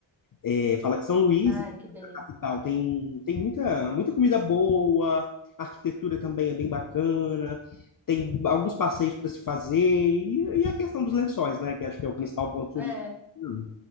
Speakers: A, on the left (about 45°); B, in the centre.
A: É, fala que São Luís
B: ai, que delícia.
A: capital. Tem, tem muita, muita comida boa, a arquitetura também é bem bacana, tem alguns passeios para se fazer, e, e a questão dos lençóis, né? Que acho que é o principal ponto turístico.
B: É,
A: Hum.